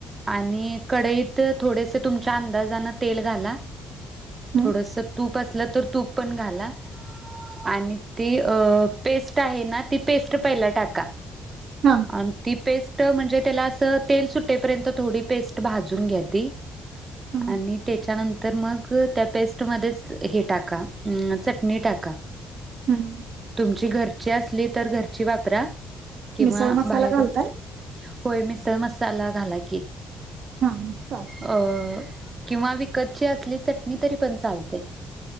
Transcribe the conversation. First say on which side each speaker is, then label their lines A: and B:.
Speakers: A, on the right (about 20°); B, on the right (about 50°).
A: आणि कढईत थोडेसे तुमच्या अंदाजानं तेल घाला.
B: हम्म
A: थोडसं तूप असलं तर तूप पण घाला. आणि ती पेस्ट आहे ना ती पेस्ट पहिला टाका.
B: हां
A: आणि ती पेस्ट म्हणजे त्याला असं तेल सुट्टेपर्यंत थोडी पेस्ट भाजून घ्या ती.
B: हा
A: आणि त्याच्यानंतर मग त्या पेस्टमध्येच हे टाका. हंम चटणी टाका.
B: हम्
A: तुमची घरची असली तर घरची वापरा किंवा
B: मिसळ मसाला
A: बाहेरून
B: घालताय
A: होय मिसळ मसाला घाला की
B: हा चालतंय
A: अं किंवा विकतची असली चटणी तरी पण चालते.